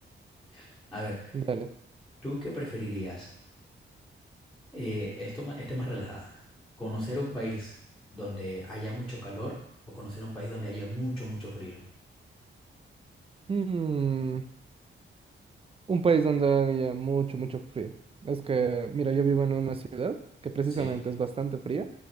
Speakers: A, in the centre; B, on the right.
A: <laughs> A ver,
B: Dale.
A: ¿Tú qué preferirías? Eh, esto, ma- esta es más relajada. ¿Conocer un país donde haya mucho calor o conocer un país donde haya mucho, mucho frío?
B: Mm, un país donde haya mucho, mucho frío. Es que, mira, yo vivo en una ciudad que precisamente
A: Sí,
B: es bastante fría,